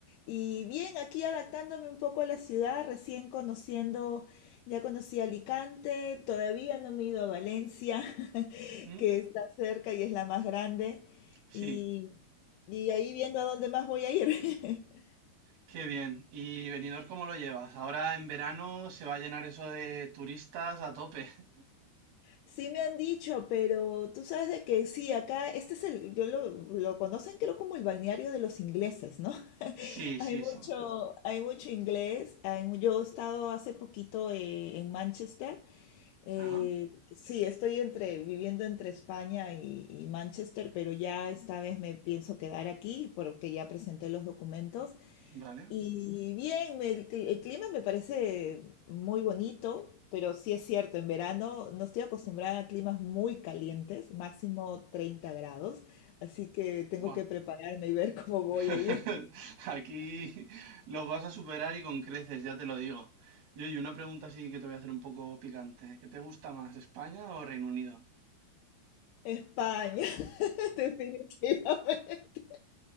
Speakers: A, on the left; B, on the right.
A: Y bien, aquí adaptándome un poco a la ciudad, recién conociendo, ya conocí Alicante, todavía no me he ido a Valencia, <laughs>
B: ¿Mm?
A: que está cerca y es la más grande,
B: Sí,
A: y, y ahí viendo a dónde más voy a ir. <laughs>
B: qué bien. ¿Y Benidorm cómo lo llevas? Ahora en verano se va a llenar eso de turistas a tope. <laughs>
A: Sí me han dicho, pero tú sabes de que sí, acá, este es el, yo lo, lo conocen creo como el balneario de los ingleses, ¿no? <laughs>
B: Sí,
A: Hay
B: sí,
A: mucho,
B: sí.
A: hay mucho inglés, hay, mu- yo he estado hace poquito eh, en Manchester, eh,
B: Ajá,
A: sí, estoy entre, viviendo entre España y, y Manchester, pero ya esta vez me pienso quedar aquí porque ya presenté los documentos
B: vale.
A: y bien, me- el, cl- el clima me parece muy bonito, pero sí es cierto, en verano no estoy acostumbrada a climas muy calientes, máximo 30 grados, así que tengo
B: Buah.
A: que prepararme y ver cómo voy
B: <laughs>
A: a ir.
B: Aquí los vas a superar y con creces, ya te lo digo. Y oye, una pregunta así que te voy a hacer un poco picante. ¿Qué te gusta más, España o Reino Unido?
A: España, <laughs> definitivamente.